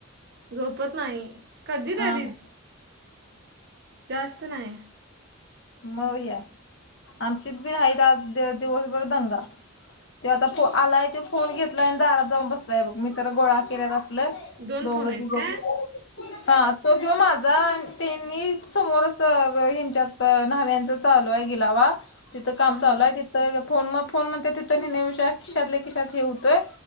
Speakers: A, on the right; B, on the left.
A: झोपत नाही कधी
B: हा
A: तरीच
B: हा
A: जास्त नाही.
B: मव या आमचीच बी आहे तर आज दि दिवसभर दंगा. ते आता फो आलाय ते फोन घेतलाय आणि दारात जाऊन बसलाय बघ मी तर गोळा केलाय बघ आपलं
A: दोन
B: दोघं
A: फोन आहेत
B: तिघं.
A: काय
B: <inaudible> हा तो जो माझा त्यांनी समोर असं गं हेन च्यात नव्यांचा चालू आहे गिलावा तिथं काम
A: हा.
B: चालूय ति तर फोन म फोन म्हणते तिथ नेह्नं पशा किशातल्या किशात हे होतोय.